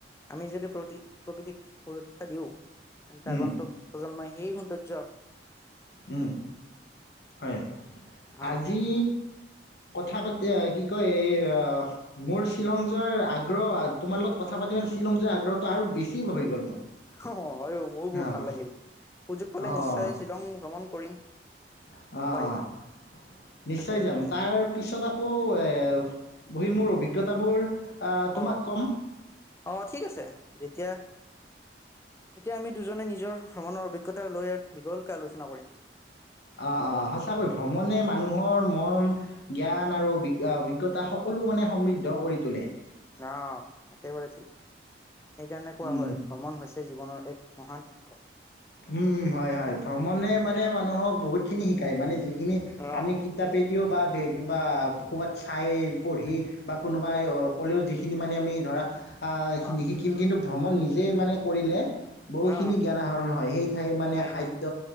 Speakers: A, on the left; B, on the left.
A: আমি যদি প্ৰতি প্ৰকৃতিক সুৰক্ষা দিওঁ তেন্তে
B: উম,
A: আগন্তুক প্ৰজন্মই হেই সৌন্দয্য
B: উম, হয়
A: অ
B: আজি কথা পাতি অ' কি কয় এই অ' মোৰ শ্বিলং যোৱাৰ আগ আগ্ৰহ আ তোমাৰ লগত কথা পাতি মানে শ্বিলং যোৱা আগ্ৰহটো আৰু বেছি হৈ গ'ল মোৰ।
A: <unintelligible> হয়ওঁ মোৰো বহুত
B: অঁ
A: ভাল লাগিল সুযোগ পালে
B: অঁ
A: নিশ্চয় শ্বিলং ভ্ৰমণ কৰিম
B: অ' অ'
A: আহিবা
B: অ' নিশ্চয়
A: তাকে
B: যাম তাৰ পিছত আকৌ এ
A: উম
B: বহি মোৰ অভিগ অভিজ্ঞতাবোৰ অ'তোমাক
A: অ
B: ক'ম।
A: অ' ঠিক আছে যেতিয়া তেতিয়া আমি দুজনে নিজৰ ভ্ৰমণৰ অভিজ্ঞতা লৈ দীঘলকে আলোচনা কৰিম।
B: অ'অ' সঁচাকৈ ভ্ৰমণে মানুহৰ মন জ্ঞান আৰু অভি-অভিজ্ঞতা সকলো মানে সমৃদ্ধ কৰি তোলে।
A: অ'একেবাৰে ঠিক সেইকাৰণে কোৱা
B: উম,
A: হয়
B: উম।
A: ভ্ৰমণ হৈছে জীৱনৰ এক মহান উৎস।
B: উম উম হয় হয় ভ্ৰমণে মানে মানুহক বহুতখিনি শিকায় মানে যিখিনি
A: অ',
B: আমি কি তা পিদিও বা বেগ বা ক'ৰবাত চাই পঢ়ি বা কোনোবাই অ ক'লেও যিখিনি মানে আমি ধৰা আ
A: অ',
B: নিশিকিম কিন্তু ভ্ৰমণ নিজে মানে কৰিলে। বহুখিনি
A: অ',
B: জ্ঞান আহৰণ হয় সেই ঠাইৰ মানে
A: নাই
B: খাদ্য
A: নাই